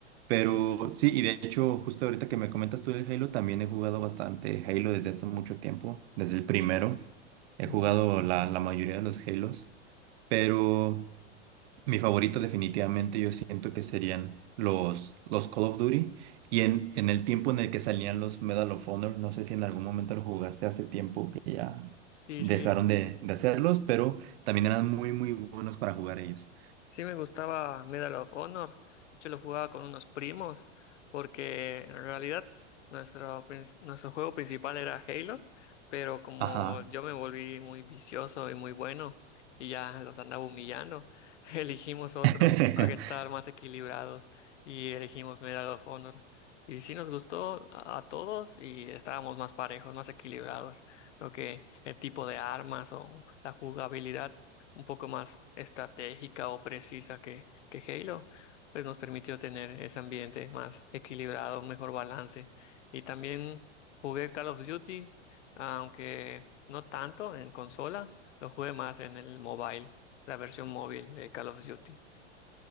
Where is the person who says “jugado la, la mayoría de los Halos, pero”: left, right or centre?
Right